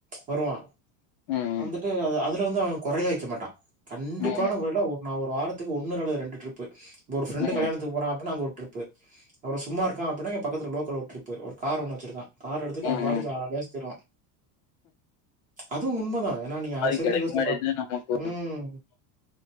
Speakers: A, on the right (about 20°); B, on the left (about 60°).
A: வருவா
B: ம். ம்.
A: வந்துட்டு அது அதுல வந்து அவ கொறையே வெக்க மாட்டா கண்டிப்பான
B: ம்.
A: மொறைல அவ ஒரு வாரத்துக்கு ஒன்னு இல்லன ரெண்டு ட்ரிப்பு ஒரு ஃப்ரெண்டு
B: ம்.
A: கல்யாணத்துக்கு போறா அப்டின்னா அங்க ஒரு ட்ரிப் பு அவரு சும்மா இருக்கா அப்டின்னா பக்கத்துல லோக்கல்ல ஒரு ட்ரிப்பு கார் ஒன்னு வச்சிருக்கா கார் எடுத்துட்டு
B: ம்.
A: அவ
B: ம்.
A: பாட்னு ஜாலியா சுத்தி வருவா அதுவு உண்மதா ஏன்னா நீங்க அவ
B: அது
A: சைட்லந்து
B: கெடைக்க
A: யோஸ்ச்சு
B: மாட்டேது
A: பாருங்
B: நமக்கு
A: ம்